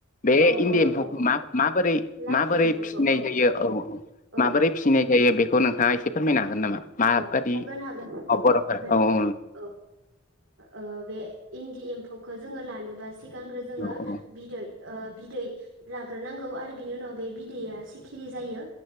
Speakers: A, on the left (about 40°); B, on the right (about 80°).
A: बे
B: औ
A: इण्डि
B: औ
A: एम्फौखौ
B: औ
A: मा-माबोरै
B: लाथा
A: माबोरै
B: एम्फौखौ
A: फिसिनाय जायो औ औ
B: औ
A: माबोरै फिसिनाय जायो। जायो बेखौ नोंङा एसे फोरमायनो हागोन। नामा माबादि
B: औ हागोन हागोन।
A: औ बर'फोरा
B: हागोन
A: औ
B: नोंथां
A: औ
B: औ‌ ओ बे इन्दि एम्फौ खौ जोङो लानोबा सिगांग्रो जोङो
A: औ औ
B: बिदै ओ बिदै लाग्रोनांगौ आरो बिनि उनाव बे बिदैया सिखिरि जायो।